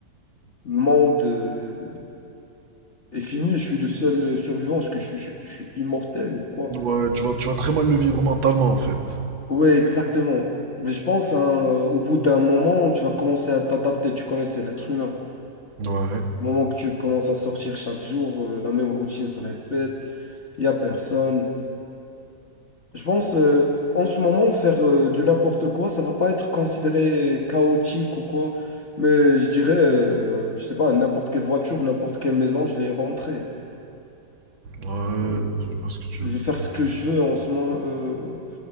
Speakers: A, on the left (about 40°); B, on the right (about 75°).
A: le monde euh, est fini, je suis le seul survivant, est-ce que je suis, je suis je suis immortel ou quoi?
B: Ouais, tu vas, tu vas très mal le vivre mentalement en fait.
A: Ouais, exactement. Mais je pense, hein, au bout d'un moment, tu vas commencer à t'adapter. Tu connais, c'est l'être humain.
B: Ouais.
A: Au moment que tu commences à sortir chaque jour, euh, la même routine se répète, il n'y a personne. Je pense, euh, en ce moment, faire euh, du n'importe quoi, ça va pas être considéré chaotique ou quoi. Mais je dirais, euh, je sais pas, n'importe quelle voiture, n'importe quelle maison, je vais y rentrer.
B: Ouais,
A: Euh,
B: je vois ce que tu
A: je
B: veux
A: vais
B: dire.
A: faire ce que je veux en ce moment. euh.